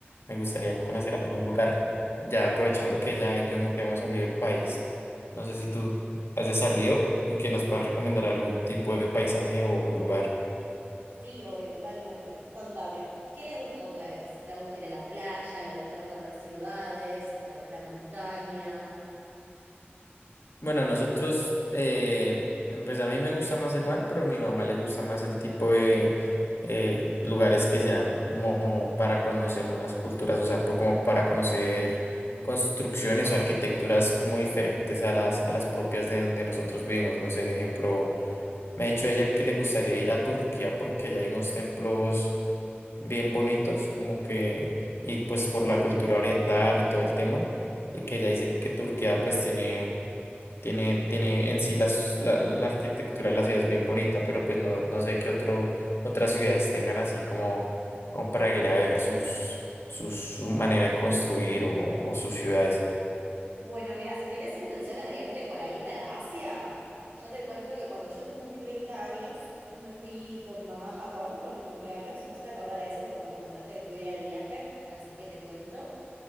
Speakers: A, on the left; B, on the right.
A: Me gustaría conocer algún lugar, ya aprovechando que ella y yo nunca hemos salido del país. No sé si tú has salido y que nos puedas recomendar algún tipo de paisaje o lugar.
B: Sí, obvio, totalmente. Contame, ¿qué les gusta a ustedes? ¿Les gusta ir a la playa? ¿Les gusta recorrer ciudades? ¿Tal vez la montaña?
A: Bueno, a nosotros, eh, em, pues a mí me gusta más el mar, pero a mi mamá le gusta más el tipo de eh, lugares que sean como para conocer nuevas culturas, o sea, po- como para conocer construcciones o arquitecturas como diferentes a las, a las propias de donde nosotros vivimos. No sé, de ejemplo, me ha dicho ella que le gustaría ir a Turquía porque allá hay unos templos bien bonitos, como que, y pues por la cultura oriental y todo el tema, y que ella dice que Turquía pues tiene tiene, tiene en sí las- la, la- la arquitectura de la ciudad es bien bonita, pero pues no, no sé qué otro, otras ciudades tengan así como, como para ir a ver sus, sus, su manera de construir o, o sus ciudades.
B: Bueno, mira, si tenés intenciones de irte por ahí para Asia, yo te cuento que cuando yo cumplí 30 años, me fui con mi mamá a Japón por mi cumpleaños. Me hiciste acordar a eso cuando me contaste de tu idea del viaje, así que te cuento.